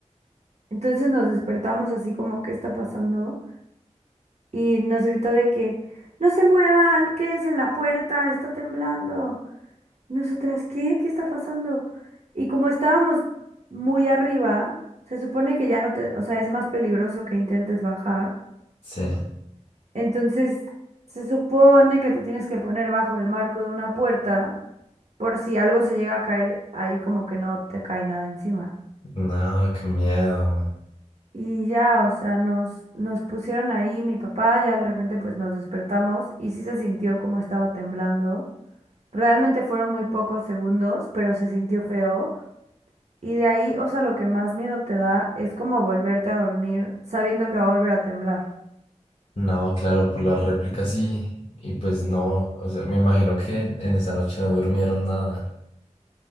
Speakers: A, on the right (about 60°); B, on the left (about 60°).
A: Entonces nos despertamos así como, ¿qué está pasando? Y nos gritó de que, no se muevan, quédense en la puerta, está temblando. Y nosotras, ¿qué? ¿Qué está pasando? Y como estábamos muy arriba, se supone que ya no te, o sea, es más peligroso que intentes bajar.
B: Sí.
A: Entonces, se supone que te tienes que poner bajo el marco de una puerta por si algo se llega a caer ahí como que no te cae nada encima.
B: No, qué miedo.
A: Y ya, o sea, nos, nos pusieron ahí, mi papá, ya de repente pues nos despertamos y sí se sintió como estaba temblando. Realmente fueron muy pocos segundos, pero se sintió feo. Y de ahí, o sea, lo que más miedo te da es como volverte a dormir sabiendo que va a volver a temblar.
B: No, claro, por las réplicas sí. Y pues no, o sea, me imagino que en en esa noche no durmieron nada.